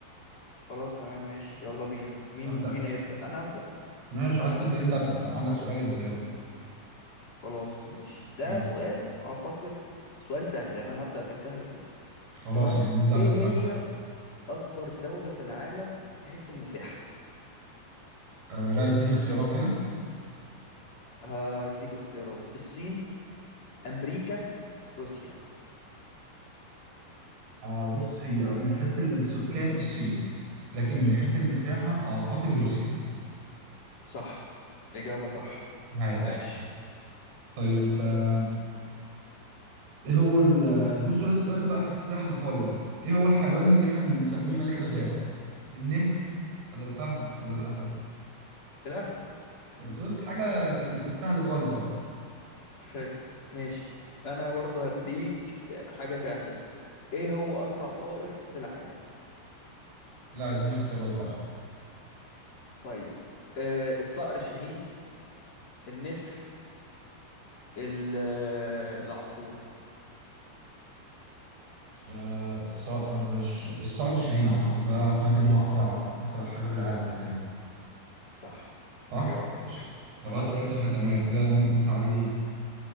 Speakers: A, on the left (about 40°); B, on the right (about 75°).
A: خلاص تمام ماشي يلا بينا مين
B: ابدا
A: فينا يبدأ انا أبدأ
B: ماشي عايز تبدا انت ابدا لو عندك سؤال ابدا يلا
A: خلاص ماشي ده
B: م.
A: سؤال اعتقد سؤال سهل انا هبدأ بالسهل كله
B: خلاص
A: تمام
B: يعني ابدا
A: ايه
B: بس
A: هي اكبر دولة في العالم من حيث المساحة
B: آه لا اديني اختيارات كده
A: هديك اختيارات الصين امريكا روسيا
B: آه بص هي من حيث السكان الصين لكن من حيث المساحة أعتقد روسيا
A: صح اجابة صح
B: عاش
A: عاش
B: طيب آه، إيه هو ال آه، بص هو سؤال بقى في السهل خالص بقى إيه هو الحيوان اللي إحنا بنسميه ملك الغابة النمر ولا الفهد ولا الأسد
A: الاسد
B: بس بص حاجة في, في السهل خالص أهو
A: حلو ماشي انا برضه هديك حاجة سهلة ايه هو اسرع طائر في العالم
B: لا اديني اختيارات بقى
A: طيب آه الصقر الشاهين النسر ال- آه، العصفورة
B: آه الصقر الش... الصقر الشاهين اعتقد ده سمعت ان هو اسرع اسرع حاجه في العالم ده تقريبا
A: صح
B: صح
A: إجابة صحيحة
B: لغاية
A: اه
B: دلوقتي احنا تمام كده م- متعادلين